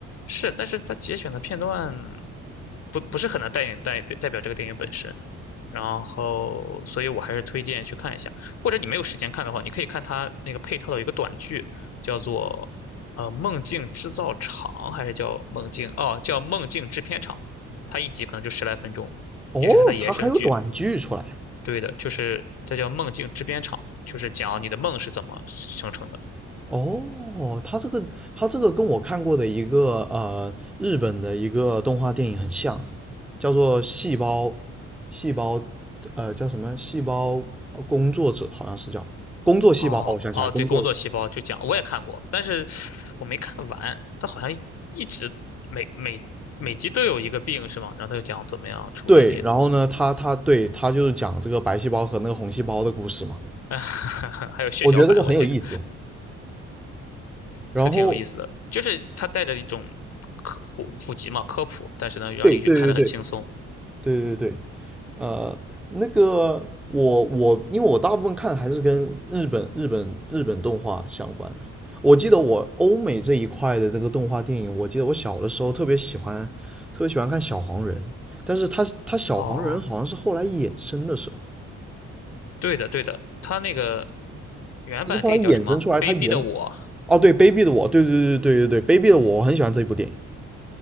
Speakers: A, on the left (about 55°); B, in the centre.
A: 是，但是它节选的片段不不是很能代代代表这个电影本身。然后，所以我还是推荐去看一下，或者你没有时间看的话，你可以看他那个配套的一个短剧，叫做呃《梦境制造厂》，还是叫《梦境》哦，叫《梦境制片厂》，它一集可能就十来分钟，
B: 哦，
A: 也是它的延伸剧。
B: 它还有短剧出来。
A: 对的，就是它叫《梦境制片厂》，就是讲你的梦是怎么生成的。
B: 哦，它这个它这个跟我看过的一个呃日本的一个动画电影很像，叫做《细胞细胞》，呃，叫什么《细胞工作者》好像是叫工作细胞。
A: 哦哦，
B: 哦，我想起来，工作。
A: 对，工作细胞就讲我也看过，但是我没看完，它好像一直每每每集都有一个病是吗？然后他就讲怎么样处理这些东西。
B: 对，然后呢，他他对他就是讲这个白细胞和那个红细胞的故事嘛，
A: <laughs> 还有血小板，
B: 我觉得这个很有意思。
A: 我记着
B: 然后，
A: 是挺有意思的，就是它带着一种科普普及嘛，科普，但是呢，让你看得很轻松。
B: 对对对对对对对，呃，那个我我因为我大部分看还是跟日本日本日本动画相关的。我记得我欧美这一块的这个动画电影，我记得我小的时候特别喜欢，特别喜欢看小黄人，但是他他小黄人好像是后来衍生的是吧？
A: 哦，对的，对的，它那个原版电影叫什么？
B: 他是后来衍生出来，他原
A: 《卑鄙的我》。
B: 哦，对，卑鄙的我，对对对对对对，卑鄙的我，我很喜欢这一部电影。